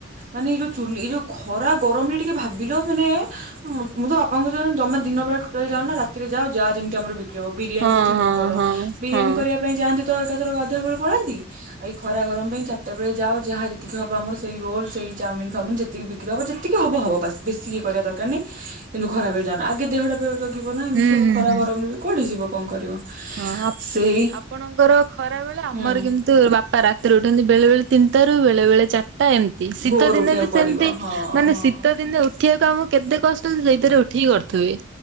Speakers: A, on the right; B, on the right.
A: ମାନେ ଏଇ ଯୋଉ ଚୁଲି ଏଇ ଯୋଉ ଖରା ଗରମରେ ଟିକେ ଭାବ ବିଲ ମାନେ ମୁଁ ମୁଁ ତ ବାପାଙ୍କ <unintelligible> ଜମା ଦିନ ବେଳା ଟୋଟାଲ ଯାଅନି ନା ରାତିରେ ଯା ଯା ଯେମିତି ଆମର ବି ଚ-ବିରିୟାନୀ
B: ହଁ
A: ପଛେ
B: ହଁ
A: ନ କର।
B: ହଁ
A: ବିରିୟାନୀ
B: ହଁ।
A: କରିବା ପାଇଁ ଯାଆନ୍ତି ତ ତ ଏକାଥର ଗାଧୁଆ ବେଳେ ପଳାନ୍ତି ଏଇ ଖରା ଗରମ ପାଇଁ ଚାରଟା ବେଳେ ଯାାଉ ଯାହା ଯେତିକି ହବ ଆମର ସେଇ ରୋଲ୍ ସେଇ ଚାଉମିନ୍ ଫାଉମିନ ଯେତିକି ବିକ୍ରି ହବ ଯେତିକି ହବ ହବ ବାସ୍ ବେଶୀ ଇଏ କରିବା ଦରକାର ନାହିଁ କିନ୍ତୁ ଖରା ବେଳେ ଯାଅନା ଆଗେ ଦେହଟା ପ ଜଗିବ ନା ଏମିତି
B: ହୁଁ
A: ସବୁ
B: ହୁଁ
A: ଖରା
B: ହୁଁ
A: ଗରମରେ ବି କୁଆଡେ ଯିବ। କଣ କରିବ?
B: ହଁ ଆପ୍
A: ସେଇ
B: ଆପଣଙ୍କର ଖରା ବେଳେ, ଆମର
A: ହୁଁ।
B: କେମିତି ବାପା ରାତିରେ ଉଠନ୍ତି ବେଳେ ବେଳେ ତିନତାରୁ ବେଳେ ବେଳେ ତ ଏମତି ଶୀତ
A: ଭୋରୁ
B: ଦିନେ
A: ଉଠିବାକୁ
B: ବି ସେମତି
A: ପଡିବ ହଁ
B: ମାନେ
A: ହଁ
B: ଶୀତ ଦିନେ ଉଠିବାକୁ ଆମ କେତେ କଷ୍ଟରେ ସେଇଥିରେ ଉଠିକି କରିଥୁବି।